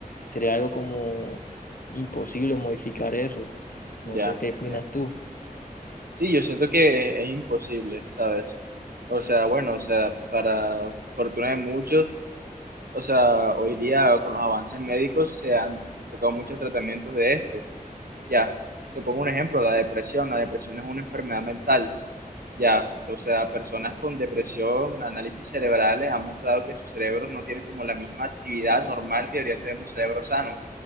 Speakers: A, on the left; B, on the right.
A: sería algo como imposible modificar eso. No
B: Ya,
A: sé qué opinas
B: ya.
A: tú.
B: Sí, yo siento que es imposible, ¿sabes? O sea, bueno, o sea, para fortuna de muchos, o sea, hoy día con los avances médicos se han sacado muchos tratamientos de esto Ya, te pongo un ejemplo, la depresión. La depresión es una enfermedad mental. Ya, o sea, personas con depresión, análisis cerebrales han mostrado que su cerebro no tiene como la misma actividad normal que debería tener un cerebro sano.